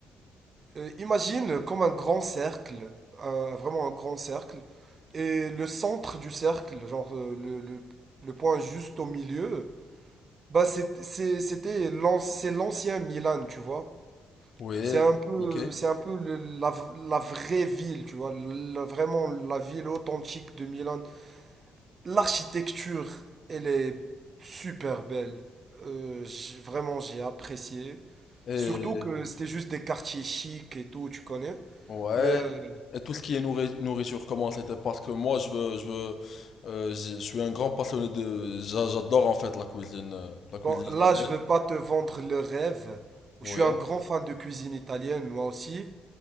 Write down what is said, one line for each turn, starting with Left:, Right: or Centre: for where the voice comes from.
Right: euh, imagine comme un grand cercle, un- vraiment un grand cercle. Et le centre du cercle, genre euh, le, le le point juste au milieu. Bah c'est- c'est- c'était l'an- c'est l'ancien Milan, tu vois.
Left: Oui,
Right: C'est un peu,
Left: ok.
Right: c'est un peu le- la, la vraie ville, tu vois. La- vraiment la ville authentique de Milan. L'architecture, elle est super belle. Euh, j'ai- vraiment, j'ai apprécié.
Left: Et
Right: Surtout que c'était juste des quartiers chics et tout, tu connais.
Left: ouais.
Right: Mais euh,
Left: Et tout ce qui est nourri- nourriture, comment c'était? Parce que moi, je veux, je veux, euh, j'ai- je suis un grand passionné de, j'a- j'adore en fait la cuisine, euh, la cuisine
Right: bon,
Left: italienne.
Right: là, je veux pas te vendre le rêve.
Left: Oui.
Right: Je suis un grand fan de cuisine italienne, moi aussi.